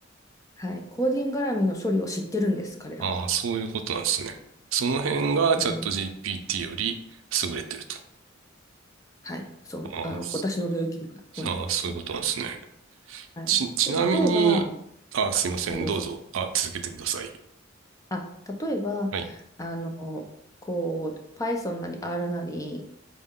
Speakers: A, on the left; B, on the right.
A: はい。コーディング絡みの処理を知ってるんです、彼らは。
B: ああ、そういうことなんですね。その辺がチャット
A: うん。
B: GPT より優れてると。
A: はい、そう、
B: ああ、
A: あの、
B: す
A: 私の領域ではそうなんですよ。
B: ああ、そういうことなんですね。
A: はい。
B: ち、ちなみに、
A: で、例えば、
B: あすいません。
A: あはい、どうぞ。
B: どうぞ。あ、続けてください。
A: あ、例えば、
B: はい。
A: あの、こう、Python なり R なり、